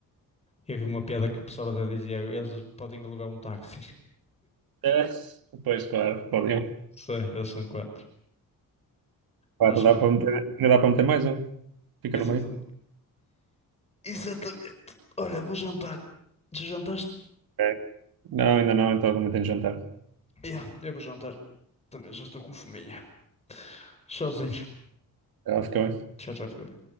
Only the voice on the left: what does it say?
Eu vi uma piada que o pessoal até dizia: eles podem alugar um táxi.
<laughs> Sei, eles são quatro.
Mas pronto.
Exatamente.
Exatamente. Olha, vou jantar. Já jantaste?
Yeah, eu vou jantar. Também já estou com fominha. Tchauzinho.
Tchau, tchau, fica bem.